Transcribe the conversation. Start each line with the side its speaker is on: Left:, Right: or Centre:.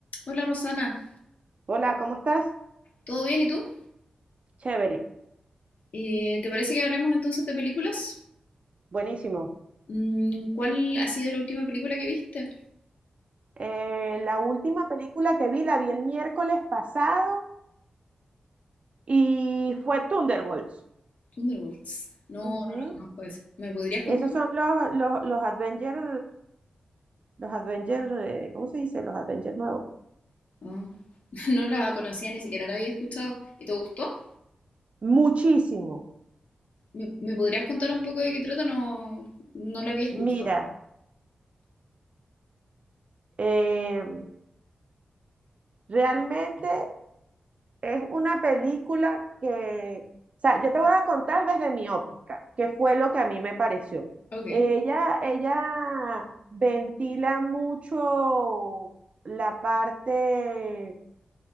Left: Hola Rosana,
Right: Hola, ¿cómo estás?
Left: ¿todo bien y tú?
Right: Chévere,
Left: Eh, ¿te parece que hablemos entonces de películas?
Right: buenísimo.
Left: Mm, ¿cuál ha sido la última película que viste?
Right: Eh, la última película que vi la vi el miércoles pasado y fue Thunderbolts.
Left: Thunderbolts. No,
Right: Ujú.
Left: no la conozco esa. ¿Me podrías contar
Right: Esos son
Left: un poco?
Right: los, los, los Avengers, los Avengers, eh, ¿cómo se dice? Los Avengers nuevos.
Left: Ah, <laughs> no la conocía, ni siquiera la había escuchado. ¿Y te gustó?
Right: Muchísimo.
Left: ¿Me, me podrías contar un poco de qué trata? No, no la había escuchado.
Right: Mira, eh, realmente es una película que, o sea, yo te voy a contar desde mi óptica, que fue lo que a mí me pareció.
Left: Ok.
Right: Ella, ella ventila mucho la parte